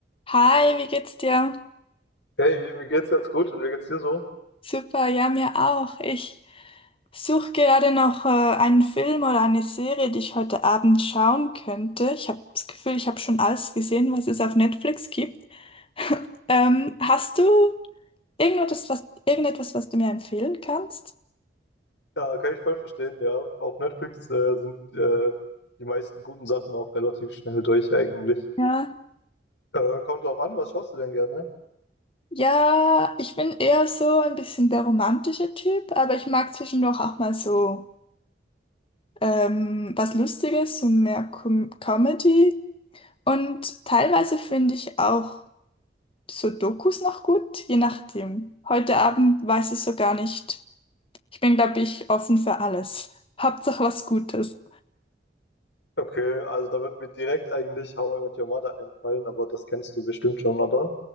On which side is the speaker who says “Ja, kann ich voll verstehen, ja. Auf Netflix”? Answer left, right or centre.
Left